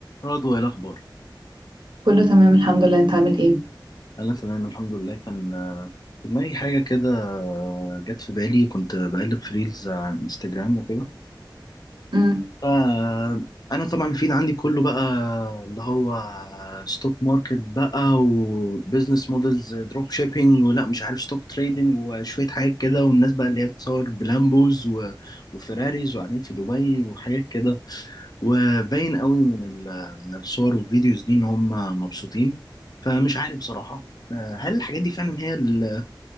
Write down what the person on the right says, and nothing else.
كله تمام الحمد لله انت عامل ايه
امم